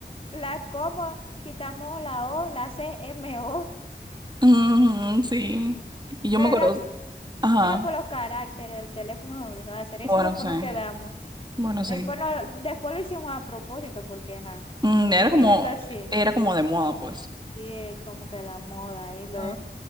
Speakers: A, on the left; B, on the right.
A: la coma, quitamos la O, la C, M, O?
B: Mm, sí.
A: <laughs>
B: Y yo
A: Pero
B: me acuerdo,
A: era,
B: ajá,
A: era por los caracteres, el teléfono nos obligaba a hacer eso
B: bueno,
A: y después
B: sí,
A: nos quedamos.
B: bueno,
A: Después,
B: sí.
A: no, después lo hicimos a propósito, porque ajá,
B: Mm, era
A: escribiendo
B: como,
A: así.
B: era como de moda, pues.
A: Y es como que la moda y lo
B: Sí.